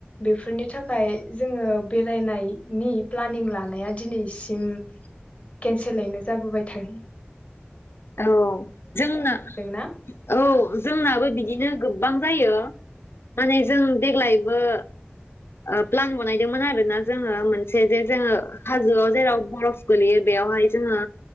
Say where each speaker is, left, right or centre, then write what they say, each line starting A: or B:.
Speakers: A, on the left; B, on the left.
A: बेफोरनि थाखाय जोङो बेरायनायनि प्लानिं ला नाया दिनैसिम केनसेलैनो जाबोबाय थायो।
B: औ जोंना
A: ना
B: औ जोंनाबो बिदिनो गोबां जायो। माने जों देग्लायबो ओ प्लान बनायदोंमोन आरो ना जोङो मोनसे जे जोङो हाजोआव जेराव बरफ गोलैयो बेयावहाय जोङो